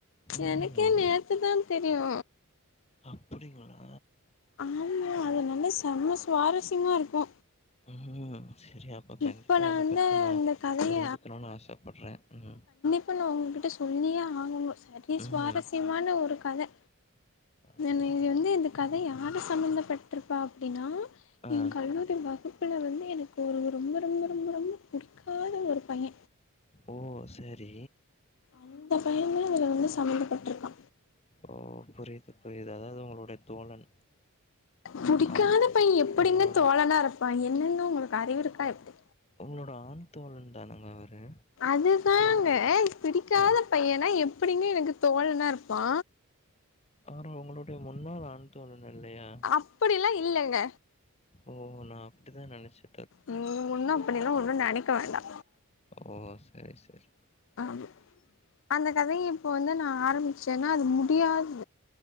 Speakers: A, on the left; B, on the left.
A: ம்.
B: எனக்கே நேத்து தா தெரியு
A: அப்புடிங்களா
B: ஆமாங்க அது நல்லா செம்ம சுவாரஸ்யமா இருக்கு
A: ம் செரி அப்ப கண்டிப்பா
B: இப்ப நா
A: அத
B: வந்து
A: பத்தி நா
B: அந்த கதைய
A: தெருஞ்சுக்கணுனு ஆசப்பட்றே ம்
B: அப்போ நா ஒங்ககிட்ட சொல்லியே ஆகணு சரி அப்டி
A: ம்.
B: சுவாரஸ்யமான ஒரு கத
A: அப்படிங்களா?
B: நான் இங்க வந்து இந்த கத யாரு சம்மந்தப்பட்டுருக்கா அப்டின்னா
A: ஆ.
B: எ கல்லூரி வகுப்புல வந்து எனக்கு ஒரு ரொம்ப ரொம்ப ரொம்ப ரொம்ப புடிக்காத ஒரு பைய
A: ஓ சரி
B: அந்த பையன்தா இதுல வந்து சம்மந்தப்பட்டுருக்கா
A: ஓ புரியுது புரியுது அதாவ்து உங்களுடைய தோழன்
B: புடிக்காத
A: ஆண்
B: பைய எப்டிங்க
A: உங்களோட
B: தோழனா இருப்பா என்னங்க உங்களுக்கு அறிவு இருக்கா எப்டி
A: உங்களோட ஆண் தோழன் தானங்க அவரு
B: அதுதாங்க பிடிக்காத
A: அ
B: பையனா எப்டிங்க எனக்கு தோழனா இருப்பா
A: ஆனா உங்களுடைய முன்னாள் ஆண் தோழன் இல்லையா
B: அப்படிலா இல்லங்க
A: ஓ நா அப்டிதா நெனச்சே
B: நீங் ஒன்னு அப்படிலா ஒன்னு நெனைக்க வேண்டா
A: ஓ செரி செர்
B: ஆமா அந்த கதைய இப்போ வந்து நா ஆரம்மிச்சேன்னா அது முடியாது